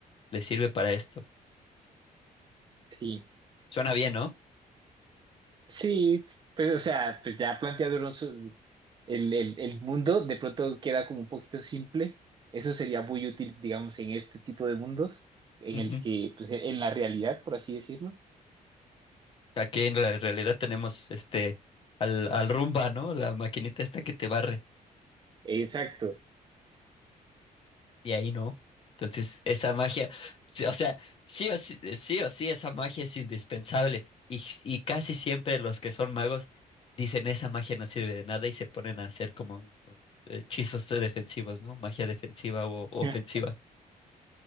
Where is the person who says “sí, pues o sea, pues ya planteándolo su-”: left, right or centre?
Right